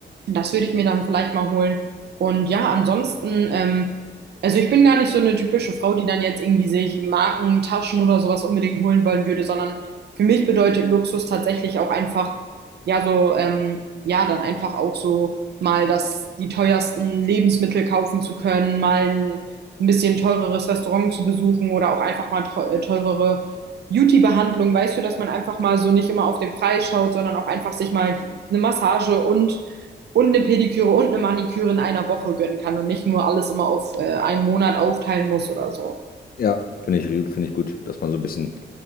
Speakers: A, on the right (about 60°); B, on the left (about 50°).
A: das würde ich mir dann vielleicht mal holen. Und ja, ansonsten, ähm, also ich bin gar nicht so eine typische Frau, die dann jetzt irgendwie sich Marken, Taschen oder sowas unbedingt holen wollen würde, sondern für mich bedeutet Luxus tatsächlich auch einfach, ja, so, ähm, ja, dann einfach auch so mal das, die teuersten Lebensmittel kaufen zu können, mal ein, ein bisschen teureres Restaurant zu besuchen oder auch einfach mal teu- äh, teurere Beauty-Behandlung, weißt du, dass man einfach mal so nicht immer auf den Preis schaut, sondern auch einfach sich mal eine Massage und, und eine Pediküre und eine Maniküre in einer Woche gönnen kann und nicht nur alles immer auf äh, einen Monat aufteilen muss oder so.
B: Ja, finde ich, finde ich gut, dass man so ein bisschen